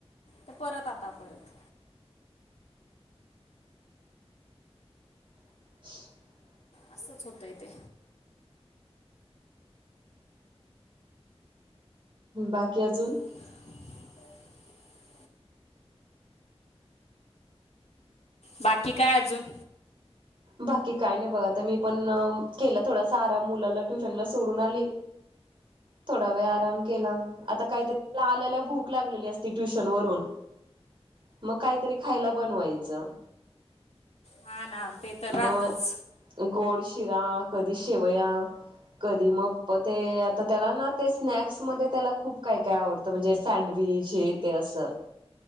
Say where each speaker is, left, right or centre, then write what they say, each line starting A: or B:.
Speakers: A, on the left (about 80°); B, on the right (about 50°).
A: तर परत आता परत.
B: <inaudible>
A: असंच होतंय ते
B: बाकी अजून
A: <inaudible> बाकी काय अजून
B: बाकी काय नाही बघा आता मी पण केला थोडासा आराम मुलाला ट्युशनला सोडून आली. थोडा वेळ आराम केला आता काहीतरी आल्याला भूक लागलेली असती ट्युशन वरून. मग काहीतरी खायला बनवायचं.
A: हा ना ते तर राहतंच.
B: मग गोड शिरा कधी शेवया कधी मग ते आता त्याला ना ते स्नॅक्स मध्ये त्याला खूप काय काय आवडत. म्हणजे सँडविच हे ते असं